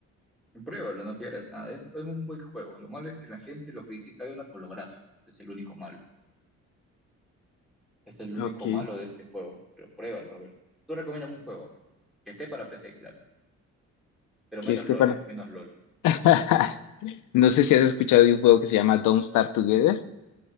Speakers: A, in the centre; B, on the left (about 85°).
A: Pruébalo, no pierdas nada. Es, es un buen juego. Lo malo es que la gente lo critica de una por lo gráfico. Es el único malo. Es el único
B: Ok.
A: malo de este juego. Pero pruébalo, a ver. Tú recomiendas un juego, a ver. Que esté para PC, claro. Pero
B: Que
A: menos
B: este
A: LOL,
B: para.
A: eh, menos LOL.
B: <laughs> No sé si has escuchado de un juego que se llama Don't Starve Together.